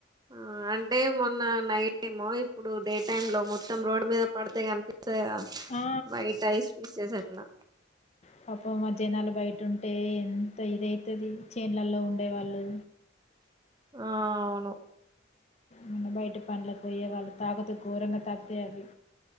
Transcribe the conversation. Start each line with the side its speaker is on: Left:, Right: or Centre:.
Right: ఆ అంటే మొన్న నై ఏమో ఇప్పుడు డే టైమ్ లో మొత్తం రోడ్ మీద పడితే కనిపింది
Left: ఆ
Right: వాయిట్ ఆఐస్ పిస నా
Left: పాప మా జనాలు బయట ఉంటే ఇద అవుతుంది చేన్లలో ఉండేవాళ్ళు
Right: ఆ అవును
Left: మన్న బయట పండ్లకు పోయేవాళ్ళు తాకుతూ ఘోరంగా తాగితే అవి